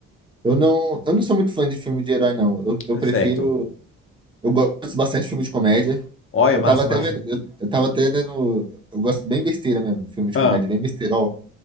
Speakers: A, on the right; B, on the left.
A: Eu não, eu não sou muito fã de filme de herói, não. Eu, eu
B: É
A: prefiro.
B: certo.
A: Eu gosto bastante de filme de comédia.
B: Olha,
A: Eu
B: massa,
A: tava até
B: massa.
A: vendo. Eu, eu tava até vendo. Eu gosto bem besteira mesmo. Filme de
B: Ah,
A: comédia, bem besteirol.